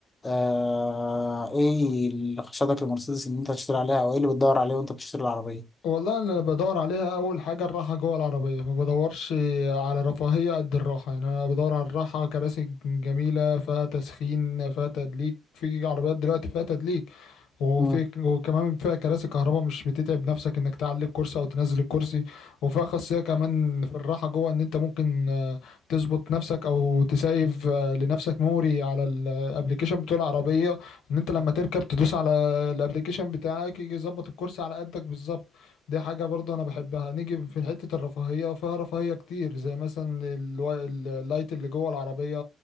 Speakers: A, on the left; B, on the left.
A: آه... ايه اللي خشتك لمرسيدس ان انت تشتري عليها او ايه اللي بتدور عليه وانت بتشتري العربيه
B: والله انا بدور عليها اول حاجه الراحه جوه العربيه ما بدورش على رفاهيه قد الراحه يعني انا بدور على الراحه كراسي جميله فيها تسخين فيها تدليك في عربيات دلوقتي فيها تدليك وفي
A: مم.
B: وكمان فيها كراسي كهرباء مش بتتعب نفسك انك تعلي الكرسي او تنزل الكرسي وفيها خاصية كمان في الراحة جوه ان انت ممكن آه، تظبط نفسك او تسيف آه، لنفسك ميموري على الابليكيشن بتاع العربية ان انت لما تركب تدوس على الابليكيشن بتاعك يجي يظبط الكرسي على قدك بالظبط دي حاجة برضه انا بحبها نيجي في حتة الرفاهية فيها رفاهية كتير زي مثلا الوا- اللايت اللي جوه العربية